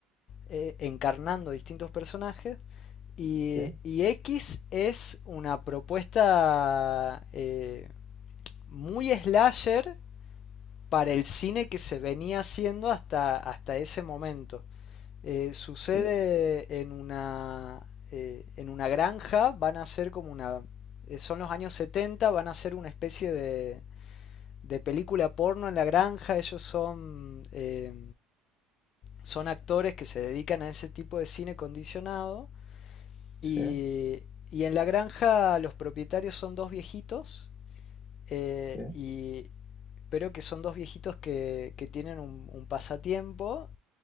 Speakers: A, on the left; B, on the left.
A: eh, encarnando distintos personajes. Y,
B: Sí,
A: y X es una propuesta eh, muy slasher para el cine que se venía haciendo hasta, hasta ese momento. Eh, sucede
B: sí,
A: en una, eh, en una granja, van a ser como una... eh, son los años 70, van a ser una especie de, de película porno en la granja, ellos son, eh, son actores que se dedican a ese tipo de cine condicionado
B: sí,
A: y, y en la granja los propietarios son dos viejitos eh,
B: sí.
A: y, pero que son dos viejitos que, que tienen un, un pasatiempo